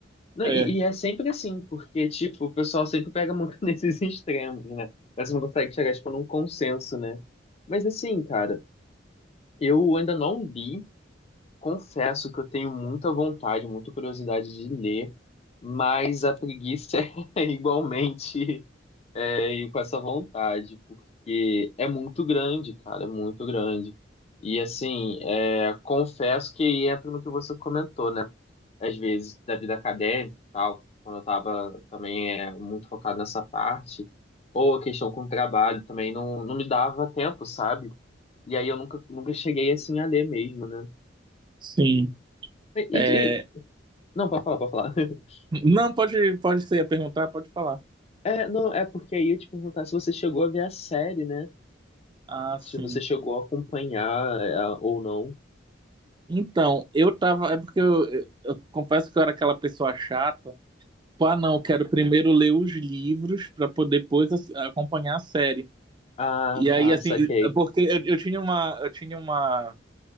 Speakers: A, on the left; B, on the right.
A: Não,
B: É,
A: e, e é sempre assim, porque, tipo, o pessoal sempre pega muito <laughs> nesses extremos, né? Mas você não consegue chegar, tipo, num consenso, né? Mas assim, cara, eu ainda não li. Confesso que eu tenho muita vontade, muita curiosidade de ler, mas a preguiça <laughs> é igualmente é, ir com essa vontade, porque é muito grande, cara, é muito grande. E assim, é, confesso que entra no que você comentou, né? Às vezes, da vida acadêmica e tal, quando eu tava também é, muito focado nessa parte, ou a questão com o trabalho também não, não me dava tempo, sabe? E aí eu nunca, nunca cheguei assim a ler mesmo, né?
B: sim.
A: E,
B: É...
A: e- não, pode falar, pode falar. <laughs>
B: Não, pode, pode ser a perguntar, pode falar.
A: É, não, é porque aí eu te perguntar se você chegou a ver a série, né?
B: Ah, sim.
A: Se você chegou a acompanhar é, ou não.
B: Então, eu tava. É porque eu, eu- eu confesso que eu era aquela pessoa chata. Pá, não, eu quero primeiro ler os livros para poder depois ass- acompanhar a série.
A: Ah,
B: E aí,
A: tá,
B: assim,
A: saquei.
B: é porque eu, eu tinha uma, eu tinha uma,